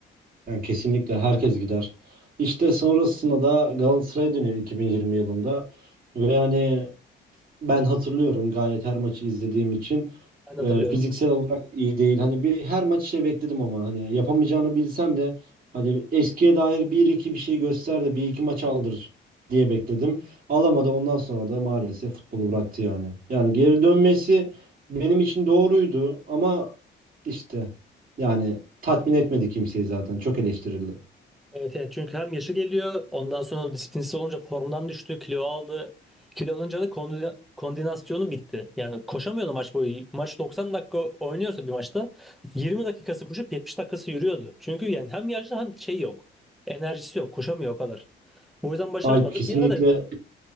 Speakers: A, on the right; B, in the centre.
A: Yani kesinlikle herkes gider. İşte sonrasında da Galatasaray'a dönüyor 2020 yılında ve yani ben hatırlıyorum gayet her maçı izlediğim için.
B: Ben de hatırlıyorum.
A: Ee, fiziksel olarak iyi değil. Hani bir her maç şey bekledim ama hani yapamayacağını bilsem de hani eskiye dair bir iki bir şey göster de bir iki maç aldır diye bekledim. Alamadı. Ondan sonra da maalesef futbolu bıraktı yani. Yani geri dönmesi benim için doğruydu ama işte yani tatmin etmedi kimseyi zaten. Çok eleştirildi.
B: Evet, evet çünkü hem yaşı geliyor ondan sonra disiplinsiz olunca formdan düştü kilo aldı. Kilo alınca da kondi- koordinasyonu bitti. Yani koşamıyordu maç boyu. Maç 90 dakika oynuyorsa bir maçta 20 dakikası koşup 70 dakikası yürüyordu. Çünkü yani hem yaşlı hem şey yok. Enerjisi yok. Koşamıyor o kadar. Bu yüzden başaramadı.
A: Alp kesinlikle
B: Bir ara da